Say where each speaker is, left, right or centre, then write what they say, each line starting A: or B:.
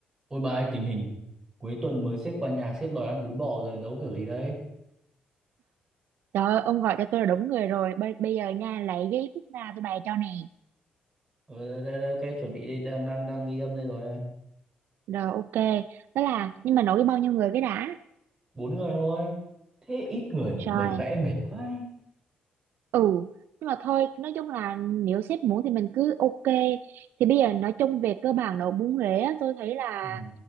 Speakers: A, on the right; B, on the right.
A: Ôi bà ơi, tình hình cuối tuần mới sếp qua nhà sếp đòi ăn bún bò rồi nấu kiểu gì đây?
B: Trời ơi, ông gọi cho tôi là đúng người rồi. Bây, bây giờ nha, lấy cái phút nào tôi bày cho nè.
A: Ờ đây, đây, đây, ok chuẩn bị đi đang đang đang ghi âm đây rồi đây.
B: Rồi, ok. Đó là, nhưng mà nổi bao nhiêu người cái đã?
A: Bốn người thôi. Thế ít người mà
B: Rồi,
A: bày vẽ mệt vãi.
B: ừ nhưng mà thôi nói chung là nếu sếp muốn thì mình cứ ok thì bây giờ nói chung về cơ bản nấu bún Huế á, tôi thấy là
A: Ừ.